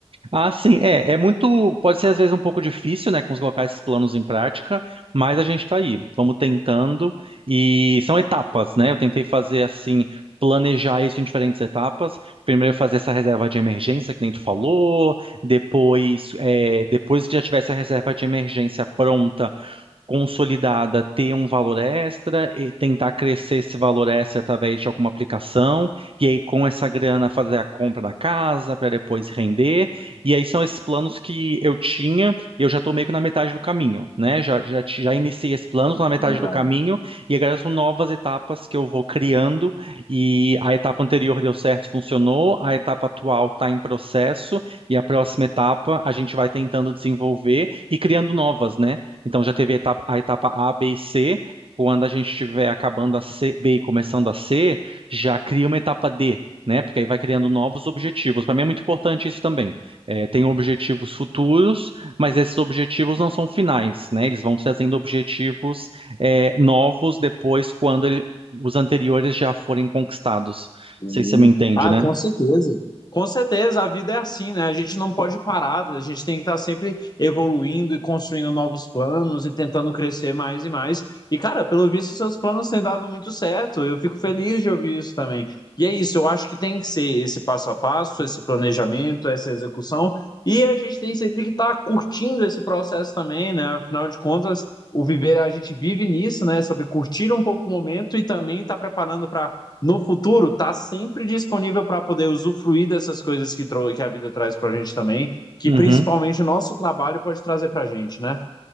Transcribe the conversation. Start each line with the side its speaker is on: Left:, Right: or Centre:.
Right: Ah, sim, é, é muito, pode ser às vezes um pouco difícil, né, cons- colocar esses planos em prática, mas a gente tá aí, vamos tentando e são etapas, né? Eu tentei fazer assim, planejar isso em diferentes etapas. Primeiro fazer essa reserva de emergência que nem tu falou, depois, é, depois que já tivesse a reserva de emergência pronta, consolidada ter um valor extra e tentar crescer esse valor extra através de alguma aplicação, e aí com essa grana fazer a compra da casa para depois render. E aí são esses planos que eu tinha, e eu já estou meio que na metade do caminho, né? Já, já, ti- já iniciei esse plano, estou na metade
Left: Legal.
Right: do caminho, e agora são novas etapas que eu vou criando, e a etapa anterior deu certo, funcionou, a etapa atual está em processo, e a próxima etapa a gente vai tentando desenvolver e criando novas, né? Então já teve a etapa, a etapa A, B e C. Quando a gente estiver acabando a C, B e começando a C, já cria uma etapa D, né? Porque aí vai criando novos objetivos. Para mim é muito importante isso também. É, tem objetivos futuros, mas esses objetivos não são finais, né? Eles vão trazendo objetivos, é, novos depois quando ele- os anteriores já forem conquistados.
Left: Sim.
Right: Não sei se você me entende,
Left: Ah,
Right: né?
Left: com certeza. Com certeza, a vida é assim, né? A gente não pode parar, a gente tem que estar sempre evoluindo e construindo novos planos e tentando crescer mais e mais. E, cara, pelo visto, seus planos têm dado muito certo. Eu fico feliz de ouvir isso também. E é isso, eu acho que tem que ser esse passo a passo, esse planejamento, essa execução. E a gente tem sempre que estar curtindo esse processo também, né? Afinal de contas, o viver, a gente vive nisso, né? Sobre curtir um pouco o momento e também estar preparando para no futuro tá sempre disponível para poder usufruir dessas coisas que, tro- que a vida traz para a gente também, que
Right: Uhum.
Left: principalmente o nosso trabalho pode trazer para a gente, né?